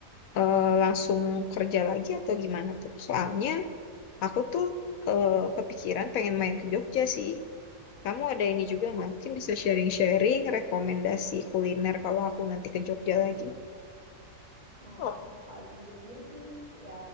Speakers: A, on the left; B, on the right.
A: eh, langsung kerja lagi atau gimana tuh? Soalnya Aku tuh eh, kepikiran pengen main ke Jogja sih. Kamu ada ini juga nggak? Mungkin bisa sharing-sharing rekomendasi kuliner kalau aku nanti ke Jogja lagi.
B: Oh,
A: Oh.
B: kalau di Jogja sih, ya